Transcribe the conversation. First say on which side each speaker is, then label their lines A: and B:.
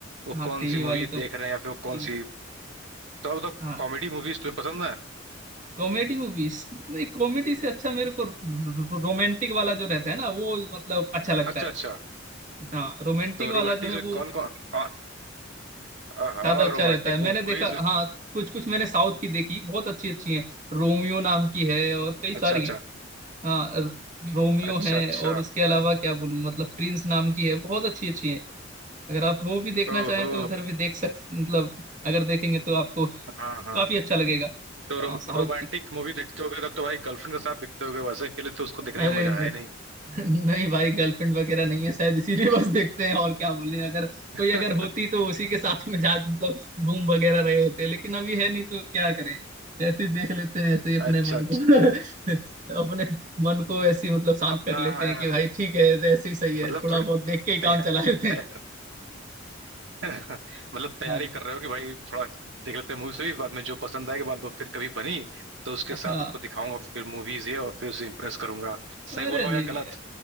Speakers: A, on the right; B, on the right.
A: वो
B: हाँ
A: कौन
B: टीवी
A: सी मूवी
B: वाली तो
A: देख रहे हैं या फिर वो कौन
B: टीवी
A: सी तो आप बताओ
B: हाँ
A: कॉमेडी मूवीज तुम्हें पसंद है
B: कॉमेडी मूवीज नहीं कॉमेडी से अच्छा मेरे को रोमांटिक वाला जो रहता है ना वो मतलब अच्छा लगता
A: अच्छा
B: है
A: अच्छा
B: हाँ रोमांटिक
A: तो
B: वाला
A: रोमांटिक
B: जो है
A: में
B: वो
A: कौन कौन कौन हाँ
B: ज्यादा अच्छा
A: रोमांटिक
B: रहता है
A: मूवीज
B: मैंने देखा
A: में
B: हाँ कुछ कुछ मैंने साउथ की देखी बहुत अच्छी अच्छी हैं रोमियो नाम की है और कई सारी
A: अच्छा अच्छा
B: हैं हाँ र- रोमियो
A: अच्छा
B: है
A: अच्छा
B: और उसके अलावा क्या बोलूँ मतलब प्रिंस नाम की है बहुत अच्छी अच्छी है अगर आप वो भी देखना
A: ओहो
B: चाहें तो उधर भी देख सक मतलब अगर देखेंगे तो आपको
A: हाँ हाँ
B: काफी अच्छा लगेगा
A: तो रोम,
B: हाँ साउथ
A: रोमांटिक
B: की
A: मूवी देखते होगे तब तो भाई गर्लफ्रेंड के साथ देखते होगे वैसे अकेले तो उसको देखने
B: अरे
A: का मजा
B: नहीं
A: आया नहीं
B: <laughs> नहीं भाई गर्लफ्रेंड वगैरह नहीं है शायद इसीलिए बस देखते हैं और क्या बोले अगर
A: <laughs>
B: कोई अगर होती तो उसी के साथ में जा मतलब घूम वगैरह रहे होते लेकिन अभी है नहीं तो क्या करें ऐसे ही देख लेते हैं ऐसे ही अपने
A: अच्छा
B: मन
A: अच्छा
B: को <laughs> अपने मन को ऐसे ही मतलब शांत
A: अपना
B: कर लेते हैं कि
A: अ,
B: भाई ठीक है ऐसे ही सही है
A: मतलब
B: थोड़ा
A: थोड़ी
B: बहुत देख के ही
A: तै,
B: काम चला लेते
A: तै,
B: हैं
A: <laughs> मतलब तैयारी
B: हाँ जी
A: कर रहे हो कि भाई थोड़ा देख लेते हैं मूवी से भी बाद में जो पसंद आएगी बाद में फिर कभी बनी तो उसके
B: हाँ
A: साथ उसको दिखाऊंगा फिर मूवीज ये और फिर उसे इम्प्रेस करूंगा
B: <laughs> अरे
A: सही बोल रहा
B: नहीं
A: हूँ या
B: नहीं
A: गलत